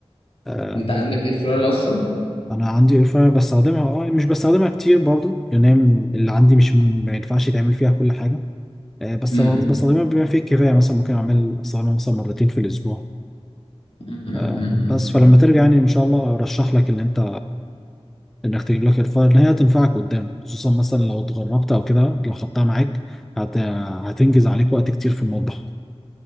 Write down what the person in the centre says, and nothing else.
آه،
انا عندي اير فراير بستخدمها اه مش بستخدمها كتير برضو لان هي م- اللي عندي مش م- ما ينفعش يتعمل فيها كل حاجه آه، بس
بقعد- بستخدمها بما فيه الكفايه مثلا ممكن اعمل استخدمها مثلا مرتين في الاسبوع
آه،
بس فلما ترجع يعني ان شاء الله ارشح لك ان انت انك تجيب لك اير فراير ان هي هتنفعك قدام خصوصا مثلا لو اتغربت او كده لو خدتها معاك هت... هتنجز عليك وقت كتير في المطبخ